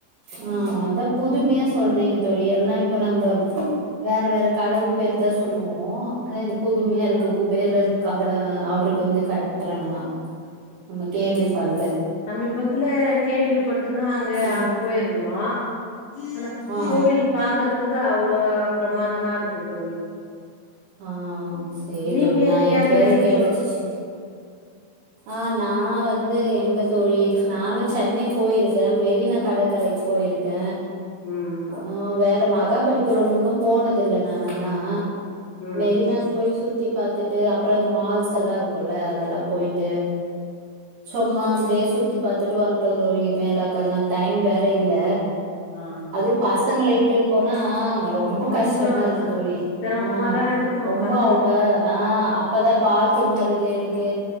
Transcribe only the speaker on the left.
ம்
சமிபத்துல கேள்விப்பட்டுதா அங்க அங்க
போயிருந்தோ அன
கோவில் பாக்குறதுக்கு அவ்ளோ பிரமாதமா இருக்கு தோழி
ம்
நீங்க
எங்கேயாவது
வெளிய
போ ம்
ம்
ம்
ஆ
கொஞ்சோ
சிரமமாதா
இருக்கு
பசங்களுக்கு